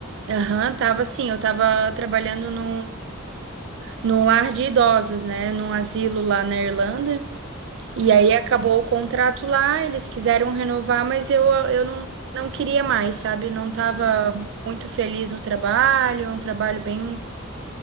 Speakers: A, on the right (about 60°); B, on the left (about 45°).
A: Aham, tava assim, eu tava trabalhando no, no lar de idosos, né, num asilo lá na Irlanda,
B: Ah,
A: E aí acabou o contrato lá, eles quiseram renovar, mas eu, eu não, não queria mais, sabe? Não estava
B: nossa.
A: muito feliz no trabalho, um trabalho bem,
B: é.